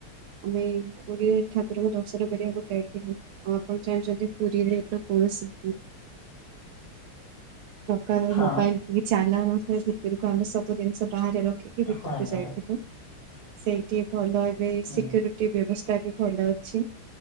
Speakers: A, on the right (about 80°); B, on the left (about 70°).
A: ଆମେ ପୁରୀରେ ଠାକୁରଙ୍କୁ ଦର୍ଶନ କରିବାକୁ ଯାଇଥିଲୁ। ଆଉ ଆପଣ ଜାଣିଛନ୍ତି ପୁରୀରେ ତ କୌଣସି କାରଣ
B: ହଁ
A: ମୋବାଇଲ୍ କିଛି ଆଲାଉ ନଥାଏ। ଭିତରକୁ ଆମେ ସବୁ ଜିନିଷ ବାହାରେ ରଖ ରଖି ଭିତରକୁ
B: ହଁ ନିହାତି
A: ଯାଇଥିଲୁ। ସେଇଠି ଭଲ ଏବେ
B: ହୁଁ
A: ସିକୁ ରୁଟି ବ୍ୟବସ୍ଥା ବି ଭଲ ଅଛି।